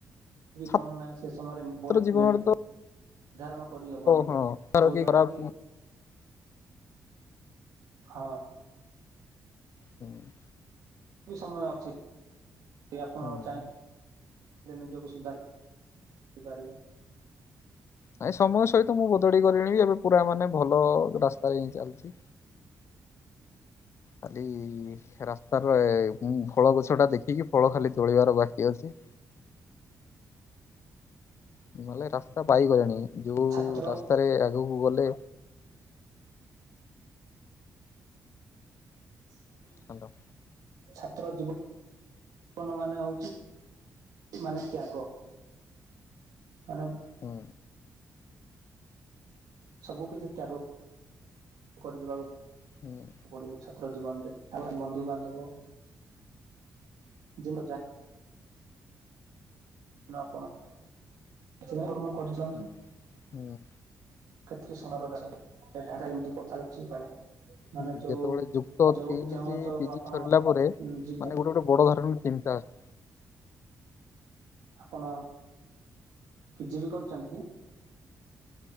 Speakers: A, on the right; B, on the left.
A: ବି
B: ଛାତ୍ର
A: କଣ ନାଇଁ ସେ ସମୟରେ ବୟସ
B: ଜୀବନରେ
A: ନିର୍ ନିର୍ଦ୍ଧାରଣ
B: ତ
A: କରିହବନି
B: ହଁ ତାର
A: ଯୋଉ ଦ୍ଵାରା
B: ଖରାପ
A: କି ହଁ।
B: ହୁଁ ଉ।
A: ଏବେବି ସମୟ ଅଛି ଆପଣ
B: ହୁଁ।
A: ଚାହିଁ ଏବେବି ନିଜକୁ ସୁଧାରି ପାରିବେ।
B: ନାଇ ସମୟ ସହିତ ମୁଁ ବଦଳି ଗଲିଣି ବି ଏବେ ପୁରା ମାନେ ଭଲ ରାସ <inaudible> ଚାଲିଛି ଖାଲି ସେ ରାସ୍ତାରେ ମୁଁ ଫଳ ଗଛଟା ଦେଖିକି ଫଳ ଖାଲି ତୋଳିବାର ବାକି ଅଛି। ନହେଲେ ରାସ୍ତା ପାଇଗଲେଣି ଯୋଉ
A: ଛାତ୍ର
B: ରାସ୍ତାରେ ଆଗକୁ ଗଲେ
A: ହ!
B: ହ୍ୟାଲୋ?
A: ଛାତ୍ର ଜୀବନ ଜୀବନ ମାନେ ହଉଛି ମାନେ ତ୍ୟାଗ? ମାନେ
B: ହଁ।
A: ସବୁ କିଛି ତ୍ୟାଗ କରିଦବାକୁ।
B: ହୁଁ।
A: ପଢିବ ଛାତ୍ର ଜୀବନ ତାପରେ ବନ୍ଧୁ ବାନ୍ଧବ ଜ ଯ <inaudible> ନା କଣ? କିଛି ନାଇଁ ଧର୍ମ କରିଚାଲନ୍ତୁ।
B: ହୁଁ ହୁଁ
A: କତ ସମାରା ଏମ କଥାରେ ଅଛି। <unintelligible> ମାନେ
B: ହୁଁ
A: ଯୋଉ
B: ଯେତେବେଳେ ଯୁକ୍ତ
A: ଯୋଉ
B: ତିଇନି
A: ଯୋଉ
B: କି
A: ଅଞ୍ଚଳକୁ
B: ପିଜି
A: ଆପଣ
B: ସରିଲା ପରେ ମାନେ
A: ଯିବେ
B: ଗୋଟେ ଗୋଟେ ବଡ ଧରଣର ଚିନ୍ତା ଆସେ।
A: ଆପଣ ପିଜି ବି କରୁଛନ୍ତି କି?